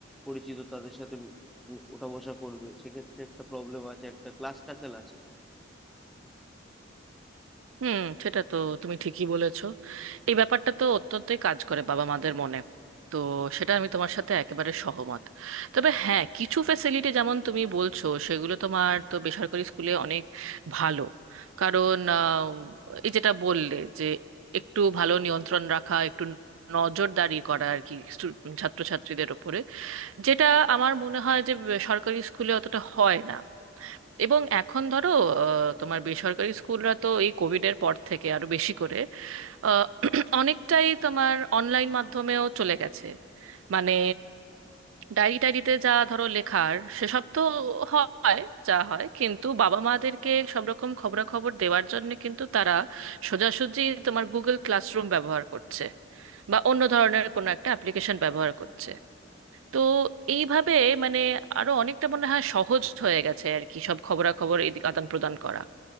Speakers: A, in the centre; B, on the right.
A: পরিচিত তাদের সাথে উম ওঠা বসা করবে সেক্ষেত্রে একটা প্রবলেম আছে একটা ক্লাস টাসেল আছে
B: হুম সেটা তো তুমি ঠিকই বলেছো এই ব্যাপারটা তো অত্যন্তই কাজ করে বাবা মাদের মনে তো সেটা আমি তোমার সাথে একেবারে সহমত তবে হ্যাঁ কিছু ফ্যাসিলিটি যেমন তুমি বলছো সেগুলো তোমার তো বেসরকারি স্কুলে অনেক ভালো কারণ আহ, এই যেটা বললে যে একটু ভালো নিয়ন্ত্রণ রাখা একটু নজরদারি করা আর কি স্টু- ছাত্রছাত্রীদের ওপরে যেটা আমার মনে হয় যে সরকারি স্কুলে অতটা হয় না এবং এখন ধরো আহ, তোমার বেসরকারি স্কুলরা তো এই কোভিডের পর থেকে আরো বেশি করে আহ, <clears throat> অনেকটাই তোমার অনলাইন মাধ্যমেও চলে গেছে মানে ডায়েরি টায়েরিতে যা ধরো লেখার সেসব তো হয় যা হয় কিন্তু বাবা মাদেরকে সব রকম খবরাখবর দেওয়ার জন্য কিন্তু তারা সোজাসুজি তোমার গুগল ক্লাসরুম ব্যবহার করছে বা অন্য ধরনের কোনো একটা অ্যাপ্লিকেশন ব্যবহার করছে তো এইভাবে মানে আরো অনেকটা মনে হয় সহজ হয়ে গেছে আর কি সব খবরাখবর এদিকে আদান প্রদান করা